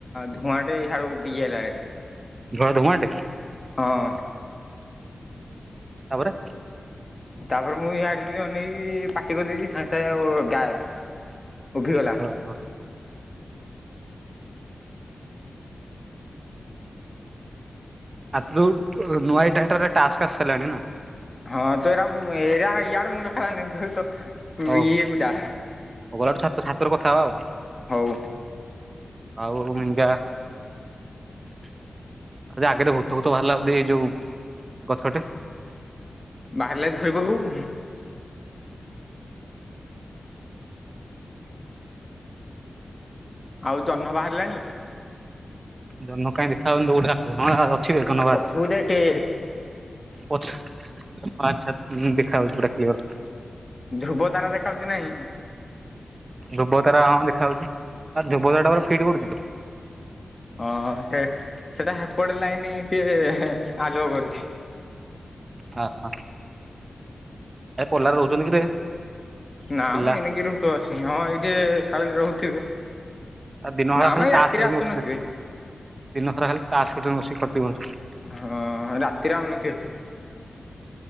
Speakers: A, on the left; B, on the right.
A: ଧୂଆଁ ସିଆଡୁ ଉଡ଼ିକି ଆଇଲା ଏଠି।
B: ଘ ଧୁଆଁ ଟା କି?
A: ହଁ।
B: ତାପରେ?
A: ତାପରେ ମୁଁ ଆଡେ ଟିକେ ଅନେଇକି ପାଟି କରିଦେଇଛି ସାଙ୍ଗେ ସାଙ୍ଗେ ଆଉ ଗାଏବ ଉଭିଗଲା।
B: ଓହୋ ଆଦୌ ନୂଆ ଏଇଟା ଟାରେ ଟାସ୍କ ଆସି ସାରିଲାଣି ନା
A: ହଁ ତୁ ଏରା ମୁ ଏରା ୟଆଡ ମୁଣ୍ଡ ଖେଳାନି ତୁ ତ
B: ଓହୋ
A: ଇଏ କୁ ଯା
B: ଗଲାଠୁ ଛାତ ଛାତରେ କଥା ହେବା ଆଉ
A: ହଉ
B: ଆଉ <unintelligible> ଯଦି ଆଗରେ ଭୁତ ଫୁତ ବାହାରିଲା ବୋଧେ ଏଇ ଯୋଉ ଗଛଟେ
A: ବାହାରିଲେି ଧରିପକେଇବୁ। ଆଉ ଜହ୍ନ ବାହାରିଲାଣି?
B: ଜନ୍ନ କାଇଁ ଦେଖାଯାଉନି ତ ଉଡା କଣ ଆଉ- ଠିକ ଅ ଧନ୍ୟବାଦ
A: ପଛକୁ ଦେଖେ
B: ପଛ ଅଚ୍ଛା <unintelligible> ହଁ ଦେଖାଯାଉଛି ପୁରା କ୍ଲିୟର।
A: ଧ୍ରୁବ ତାରା ଦେଖାଯାଉଛି ନାହିଁ?
B: ଧ୍ରୁବତାରା ହଁ ଦେଖା ଯାଉଛି, ଆଉ ଧ୍ରୁବ ତାର ଟା ପୁର ଫିଟ୍ କରୁଛି ତ
A: ହଁ ସେ ସେଟା ହେପଟ ଲାଇନି ସିଏ ଆଲୁଅ କରୁଛି।
B: ହ ହ ଏ ପଲାରେ ରହୁଛନ୍ତି କିରେ
A: ନା
B: ପିଲା
A: ମୁ ଏ ନେଇକି ରହୁଥିବ ସିଂହ ଏଇଠି ଖାଲି ରହୁଥିବେ।
B: ଆ ଦିନ ଖରା
A: ନା
B: ଖାଲି
A: ମ ଏଇ ରାତିରେ ଆସୁନଥିବେ।
B: ବ ଦିନ ଖରା ଖାଲି ତା ସ ବସି ଖଟି। <unintelligible>
A: ହଁ ରାତିରେ ଆଉନଥିବେ।